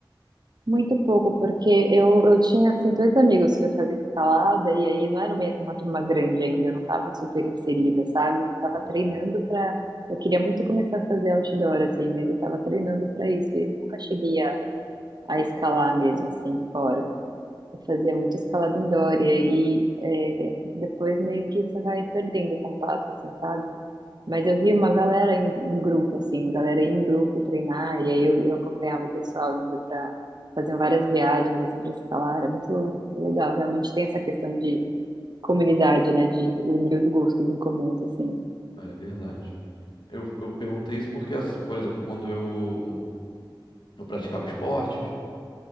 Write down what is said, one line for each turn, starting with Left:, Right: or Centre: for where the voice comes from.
Right: Muito pouco, porque eu, eu tinha, assim, dois amigos que eu fazia escalada, e aí não era uma, uma turma grande ainda, eu não tava super inserida, sabe? Eu tava
Left: Uhum.
Right: treinando pra... Eu queria muito começar a fazer outdoor, assim, mas eu tava treinando pra isso, e nunca cheguei a, a escalar mesmo, assim, fora. Eu fazia muito escalada indoor, e aí é, depois meio que você vai perdendo o contato, assim, sabe? Mas eu vi uma galera em, em grupo, assim, galera ia em grupo treinar, e aí eu, eu acompanhava o pessoal indo para faziam várias viagens, assim, para escalar, era muito legal, realmente tem essa questão de comunidade, né, de unir os gostos em comuns, assim.
Left: É verdade. Eu, eu perguntei isso porque, assim, por exemplo, quando eu, eu praticava esportes,